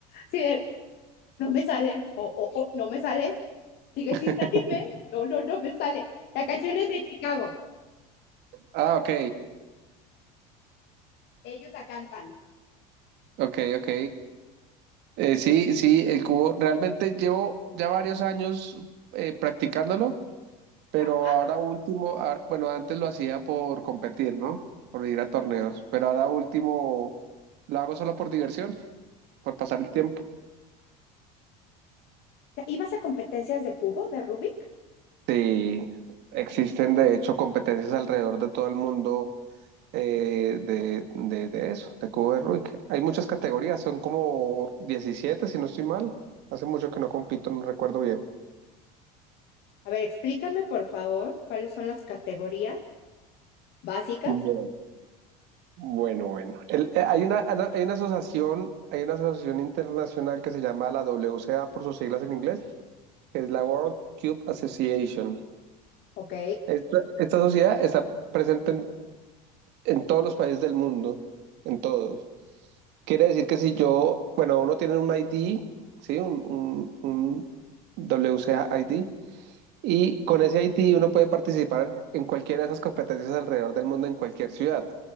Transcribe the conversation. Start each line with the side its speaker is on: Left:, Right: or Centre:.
Left: Sí, el- no me sale. O, o, o, no me sale. Sigue
Right: <laughs>
Left: sin salirme. No, no, no me sale. La canción es de Chicago.
Right: Ah, ok,
Left: Ellos la cantan.
Right: ok, ok. Eh, sí, sí, el cubo. Realmente llevo ya varios años eh, practicándolo. Pero
Left: Ajá.
Right: ahora último, a- bueno, antes lo hacía por competir, ¿no? Por ir a torneos, pero ahora último lo hago solo por diversión, por pasar el tiempo.
Left: ¿Ibas a competencias de cubo de Rubik?
Right: Sí, existen de hecho competencias alrededor de todo el mundo eh, de, de- de eso, de cubo de Rubik. Hay muchas categorías, son como 17 si no estoy mal. Hace mucho que no compito, no recuerdo bien.
Left: A ver, explícame, por favor, cuáles son las categorías básicas.
Right: Bueno, bueno, bueno. El- eh, hay una, hay una asociación, hay una asociación internacional que se llama la WCA por sus siglas en inglés, que es la World Cube Association.
Left: Ok,
Right: Esta, esta sociedad está presente en, en todos los países del mundo, en todos. Quiere decir que si yo, bueno, uno tiene un ID, ¿sí? Un, un, un WCA ID, y con ese ID uno puede participar en cualquiera de esas competencias alrededor del mundo, en cualquier ciudad,